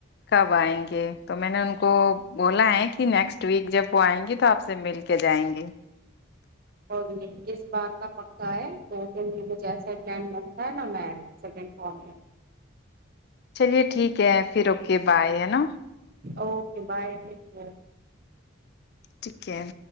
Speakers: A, on the left (about 50°); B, on the right (about 45°).
A: کب آئیں گے تو میں نے ان کو کو بولا ہے کہ نیکسٹ ویک جب وہ آئیں گی تو آپ سے مل کے جائیں گے
B: کوئی نہیں اس بار کا پکا ہے تو پھر جیسا پلڈ بنتا ہے نہ میں سیکنڈ فارم میں
A: چلیے ٹھیک ٹھیک ہے پھر اوکے بائے ہے نا
B: اوکے بائے
A: ٹیک کیئر